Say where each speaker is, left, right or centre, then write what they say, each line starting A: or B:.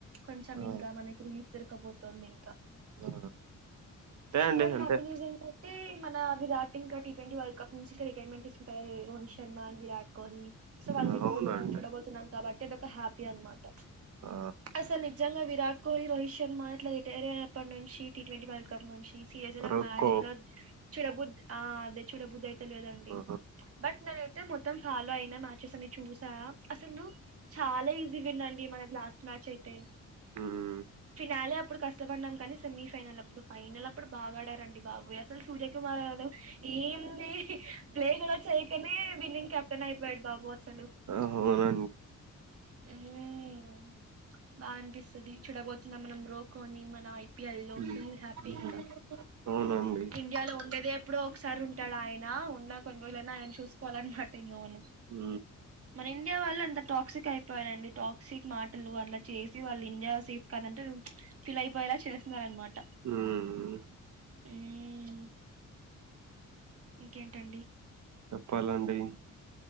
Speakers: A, on the right; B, on the right.
A: కొంచెం
B: ఆ
A: ఇంకా మనకి రిలీఫ్ దొరకపోతుంది ఇంకా
B: ఆ, అంతే
A: ఇంకోటి
B: అండి అంతే
A: హ్యాపీనెస్ ఏంటంటే మన విరాట్ ఇంకా టీ ట్వంటీ వరల్డ్ కప్ నుంచి సో రిటైర్మెంట్ తీసుకుంటారు రోహిత్ శర్మ విరాట్ కోహ్లీ సో వాళ్
B: ఆ,
A: ఇప్పుడు
B: అవునా
A: మనం
B: అండి
A: చూడబోతున్నాం కాబట్టి అదొక ఒక హ్యాపీ అన్నమాట
B: ఆ
A: అసలు నిజంగా విరాట్ కోహిల్ రోహి శర్మ ఎట్లా తె తేరేనాపనుచ్చి టి ట్వంటీ వరల్డ్ కప్ నుంచి సిరాయస్ నాకు
B: రొక్కో
A: బాగా చూడ చూడబుద్ధి ఆ అదే చూడబుద్ది అయితే లేదండి
B: ఆ
A: బట్ నేనైతే మొత్తం ఫాలో అయినా మ్యాచెస్ అన్ని చూసా అసలు చాలా ఈజీ గా ఉందడి మన లాస్ట్ మ్యాచ్ అయితే
B: మ్మ్
A: ఫినాలే అప్పుడు కష్టపాడినం కానీ సెమీఫైనల్ అప్పుడు ఫైనల్ అప్పుడు బాగాడారండి. బాబోయ్ అసలు సూర్య కుమార్ అసల్ ఏం దే ప్లే గాచకనే విన్నింగ్ కెప్టెన్ అయిపోయాడు బాబు అసలు
B: అవునం
A: ఉ బాగా అనిపిస్తాది. చూడబోతునం మనం రో కొన్ని మన ఐ పీ ఎల్ లో
B: మ్మ్
A: ఫుల్ హ్యాపీ ఇంకా
B: అవునండి
A: ఇండియాలో ఉండేదే ఎప్పుడో ఒకసారి ఉంటాడు ఆయన ఉన్న కొన్ని రోజులైన ఆయన చూసుకోవాలన్న <unintelligible>
B: ఉ
A: ఇండియా వాళ్ళ అంత టాక్సిక్ అయిపోవాలండి టాక్సిక్ మాటలు అట్ల చేసి వాళ్ళు ఇండియా సేఫ్ కాదంటు ఫిల్ అయిపోయేలా చేస్తున్నారు అన్నమాట
B: ఉ హు
A: ఉమ్ ఇంకేంటండి
B: చెప్పాలండి